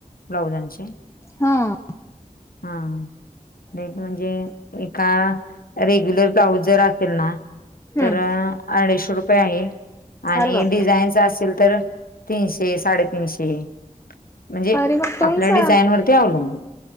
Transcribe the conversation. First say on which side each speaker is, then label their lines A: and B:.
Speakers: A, on the left (about 80°); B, on the left (about 20°).
A: ब्लाउजांचे
B: हा
A: हां रेट म्हणजे एका रेग्युलर ब्लाऊज जर असेल ना
B: हम्म
A: तर अडीशे रुपये आहे आणि
B: अरे बापरे
A: डिझाईनचा असेल तर तीनशे साडेतीनशे म्हणजे
B: अरे मग तुमचा
A: आपल्या डिझाईन वरती अवलंबून